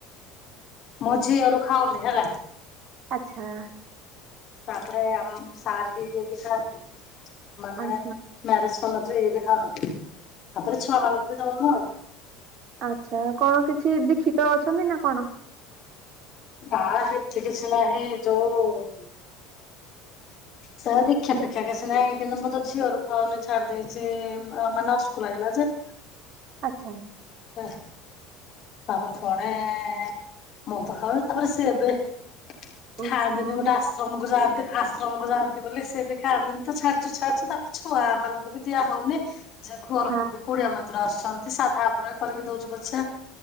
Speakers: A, on the left (about 50°); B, on the right (about 50°).
A: ମ ଝିଅରୁ ଖାଉନି ହେଲା
B: ଆଚ୍ଛା।
A: ତା'ପରେ ଆମ ସାର୍ ବି ଇଏବି ଖାଆନ୍ତି, ମାନେ
B: ଓହୋ
A: ମ୍ୟାରେଜ୍ କରିନଥିଲେ ଇଏବି ଖାଉନଥିଲେ। ତା'ପରେ ଛୁଆମାନଙ୍କୁବିି ଦଉନଥିଲୁ ଆଉ।
B: ଆଚ୍ଛା, କଣ କିଛି ଦୀକ୍ଷିତ ଅଛନ୍ତିନା କଣ?
A: ବା ହେଇ ତି କିଛି ନାହିଁ ଯୋଉ-ଉ ସାର୍ ଦୀକ୍ଷା
B: ଦୀ-
A: ଫୀକ୍ଷ୍ୟା କିଛିନାହିଁ। କିନ୍ତୁ ମୁଁତ ଝିଅରୁ ଖାଉନି ଛାଡି ଦେଇଛି, ମାନେ ଅସୁକୁ ଲାଗିଲା ଯେ।
B: ଆଚ୍ଛା।
A: <inaudible> ତା'ପରେ ପୁଣି-ଇ ମୁଁ ତ ଖାଉନି, ତା'ପରେ ସିଏ ବି
B: ଓହୋ
A: ଖାଆନ୍ତିିନି ଗୋଟେ ଆସ୍ ଆଶ୍ରମକୁ ଯାଆନ୍ତି, ଆଶ୍ରମକୁ ଯାଆନ୍ତି ବୋଲି, ସିଏବି ଖାଆନ୍ତିନିତ ଛାଡୁଚୁ ଛାଡଚୁ ତା ଛୁଆ ମାନଙ୍କୁବି ଦିଆ ହଉନି। ଯେ ଘରକୁବି
B: ହଁ
A: କୁଣିଆ ମଇତ୍ର ଆସୁଛନ୍ତି ସାଧା ଉପରେ କରିକି ଦଉଛୁ ପଛେ